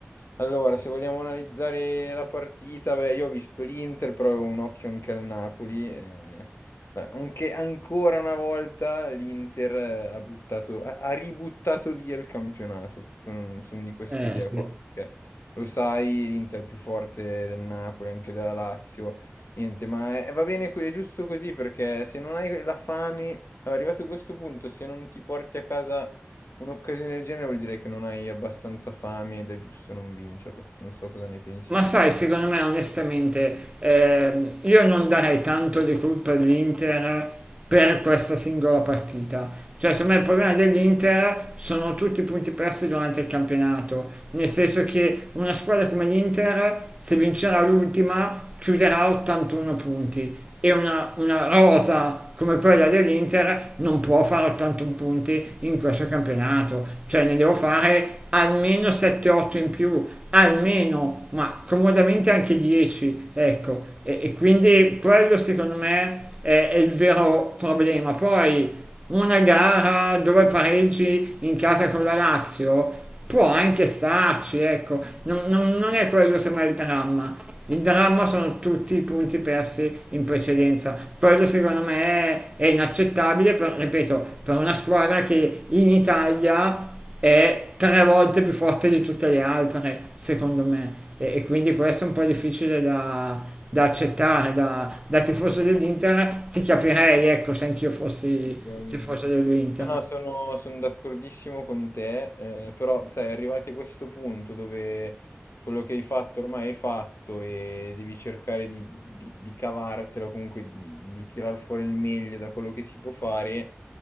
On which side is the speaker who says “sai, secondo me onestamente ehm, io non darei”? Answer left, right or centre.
Right